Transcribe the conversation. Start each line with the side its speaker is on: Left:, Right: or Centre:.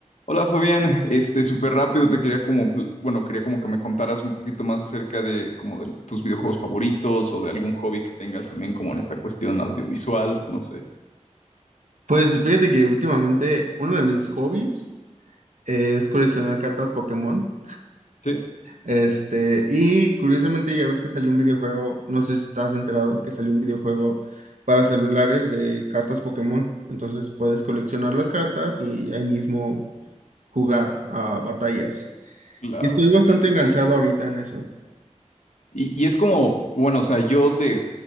Left: Hola Fabián, este súper rápido te quería como, pl- bueno, quería como que me contaras un poquito más acerca de como de tus videojuegos favoritos o de algún hobby que tengas también como en esta cuestión audiovisual, no sé.
Right: Pues fíjate que últimamente uno de mis hobbies es coleccionar cartas Pokémon.
Left: Sí,
Right: Este, y curiosamente ya ves que salió un videojuego, no sé si estás enterado, que salió un videojuego para celulares de cartas Pokémon. Entonces puedes coleccionar las cartas y ahí mismo jugar a batallas.
Left: claro.
Right: Y estoy bastante enganchado ahorita en eso.
Left: Y, y es como, bueno, o sea, yo de